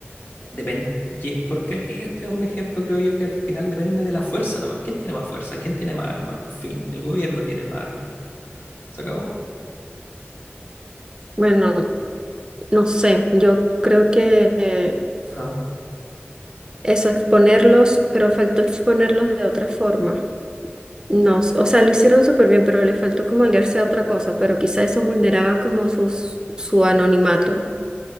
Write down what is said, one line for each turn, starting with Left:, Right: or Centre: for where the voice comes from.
Left: Depende, ye- porque aquí este es un ejemplo, creo yo, que al final depende de la fuerza nada más. ¿Quién tiene más fuerza? ¿Quién tiene más armas? Fin, el gobierno tiene más armas. ¿Se acabó?
Right: Bueno, no sé, yo creo que eh,
Left: Ajá.
Right: eso, exponerlos, pero faltó exponerlos de otra forma. No, s- o sea, lo hicieron súper bien, pero le faltó como aliarse a otra cosa, pero quizá eso vulneraba como sus, su anonimato.